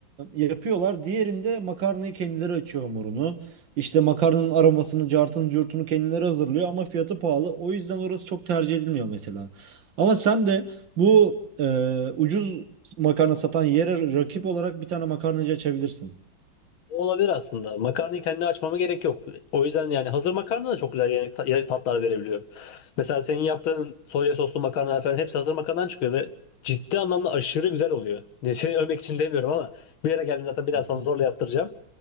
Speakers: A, on the right; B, on the left.
A: yapıyorlar. Diğerinde makarnayı kendileri açıyor hamurunu. İşte makarnanın aromasını, cartını, curtunu kendileri hazırlıyor ama fiyatı pahalı. O yüzden orası çok tercih edilmiyor mesela. Ama sen de bu e, ucuz makarna satan yere rakip olarak bir tane makarnacı açabilirsin.
B: olabilir aslında. Makarnayı kendi açmama gerek yok. O yüzden yani hazır makarna da çok güzel yemek ta- yemek tatlar verebiliyor. Mesela senin yaptığın soya soslu makarna falan hepsi hazır makarnadan çıkıyor ve ciddi anlamda aşırı güzel oluyor. Ne seni övmek için demiyorum ama bir yere geldim zaten bir daha
A: <laughs>
B: sana zorla yaptıracağım.